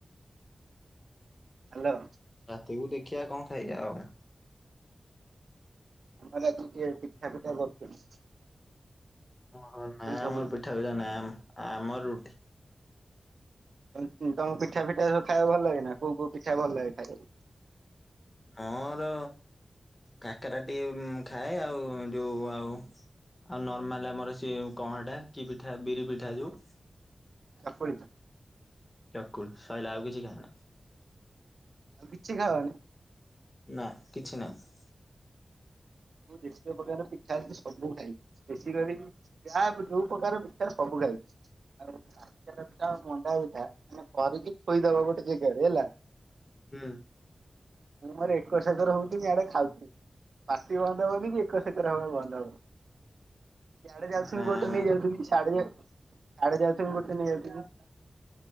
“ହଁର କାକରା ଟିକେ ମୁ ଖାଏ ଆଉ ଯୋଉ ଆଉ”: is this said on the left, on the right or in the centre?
Left